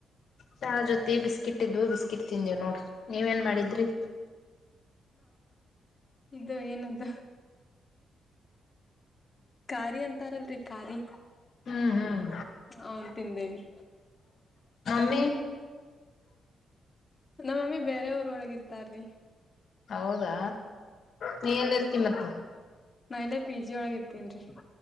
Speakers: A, on the left; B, on the left.
A: ಚಾ ಜೊತೆ ಬಿಸ್ಕಿಟ್ ಇದ ಇದ್ವು ಬಿಸ್ಕಿಟ್ ತಿಂದೇವು್ ನೋಡ ನೀವ ನ್ ಮಾಡಿದ್ರಿ
B: ಇದು ಏನದ ಖಾರಿ ಅಂತಾರಲ್ರಿ ಖಾರಿ
A: ಹ್ಮ್ ಹ್ಮ್
B: ಅವನ್ ತಿಂದೇವಿ
A: ಮಮ್ಮಿ
B: ನಮ್ಮಮ್ಮಿ ಬೇರೆಯವರು ೊಳಗಿರ್ತಾರೀ
A: ಹೌದಾ ನೀ ಎನ್ ಇರ್ತಿೀ ಮತ್ತ
B: ನಾ ಇಲ್ಲೇ ಪಿ ಜಿ ಒಳಗ ಇರ್ತೇನ್ರಿ